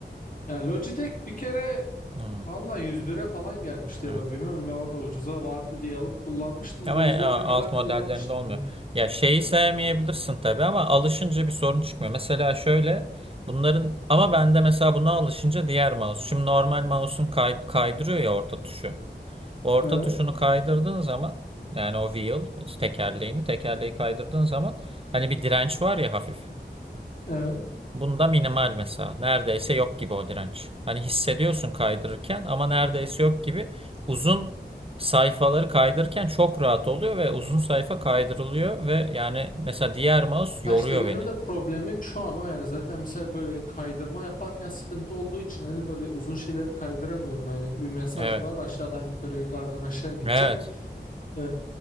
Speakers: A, on the left (about 50°); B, on the right (about 30°).
A: Ya Logitech bir kere
B: Hmm,
A: valla 101'e falan gelmişti
B: evet.
A: ya da bilmiyorum yine orada ucuza vardı diye alıp kullanmıştım
B: Ama
A: bozulana
B: e, alt
A: kadar kullanmıştım
B: modellerinde olmuyor. Ya şeyi sevmeyebilirsin tabii ama alışınca bir sorun çıkmıyor. Mesela şöyle bunların ama bende mesela buna alışınca diğer mouse. Şimdi normal mouse'un kay- kaydırıyor ya orta tuşu. Orta
A: ben.
B: tuşunu kaydırdığın zaman yani o wheel tekerleğini tekerleği kaydırdığın zaman Hani bir direnç var ya hafif.
A: Evet.
B: Bunda minimal mesela. Neredeyse yok gibi o direnç. Hani hissediyorsun kaydırırken ama neredeyse yok gibi. Uzun sayfaları kaydırırken çok rahat oluyor ve uzun sayfa kaydırılıyor ve yani mesela diğer mouse
A: Ha
B: yoruyor
A: işte benim
B: beni.
A: de problemim şu an o yani zaten mesela böyle kaydırma yaparken sıkıntı olduğu için hani böyle uzun şeyleri kaydıramıyorum yani bir mesaj
B: Evet.
A: var aşağıdan yukarı yukarıdan aşağı gideceğim
B: Evet.
A: Ee,